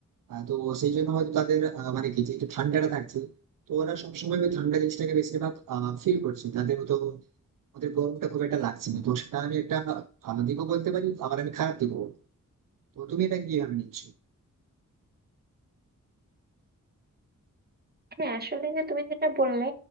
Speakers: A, on the right; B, on the right.
A: আহ, তো সেই জন্য হয়তো তাদের আহ, মানে কি যে একটু ঠান্ডাটা থাকছে তো ওরা সবসময় ওই ঠান্ডা জিনিসটাকে বেশিরভাগ ফিল করছে তাদের হয়তো ওদের গরমটা খুব একটা লাগছে না তো সেটা আমি একটা ভালো দিকও বলতে পারি আবার আমি খারাপ দিকও বলতে পারি। তো তুমি এটা কিভাবে নিচ্ছ
B: হ্যাঁ আসলে যে তুমি যেটা বললে